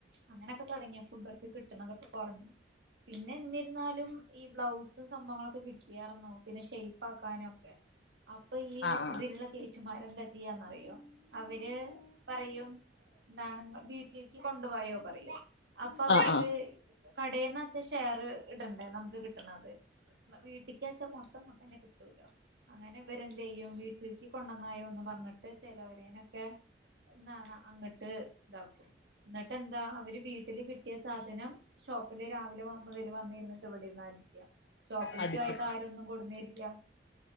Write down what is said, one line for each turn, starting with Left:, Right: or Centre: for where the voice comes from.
Right: അങ്ങനെയൊക്കെ തുടങ്ങിയപ്പോ ഇവർക്ക് കിട്ടണതൊക്കെ കൊറഞ്ഞു. പിന്നെ എന്നിരുന്നാലും ഈ ബ്ലൗസും സംഭവങ്ങളൊക്കെ കിട്ടിയാരന്നു. പിന്നെ ഷെയ്പ് ആക്കാനും ഒക്കെ. അപ്പ് ഇപ്പ ഇയ്യ്
Left: ആ
Right: ഇതിലുള്ള ചേച്ചുമാരെന്താ ചെയ്യാന്നറിയോ അവര് പറയും നാളെഈവീട്ടിലേക്ക് കൊണ്ടുവായോ പറയോ അപ്പൊ അവർക്ക്
Left: ആ ആ
Right: കടേന്ന് ഷെയർ ഇടണ്ടേ നമുക്ക് കിട്ടണത് വീട്ടക്ക്വെച്ച മൊത്തം മക്കന്നെ കിട്ടൂലോ അങ്ങനെ ഇവരെന്ത് ചെയ്യും വീട്ടിലക്ക് കൊണ്ടന്നായോ എന്ന് പറഞ്ഞിട്ട് ചിലവരേനൊക്കെ എന്താണ് അങ്ങിട്ട് ഇതാക്കും എന്നിട്ട് എന്താ അവര് വീട്ടില് കിട്ടിയ സാധനം ഷോപ്പില് രാവിലെ മുതൽ വന്നിരുന്നിട്ട്വിടിരിന്ന് അടിക്ക ഷോപ്പിലേക്ക
Left: അടിച്ചു
Right: ആയിട്ട് ആരൊന്നും കൊടുുന്നേരില്ല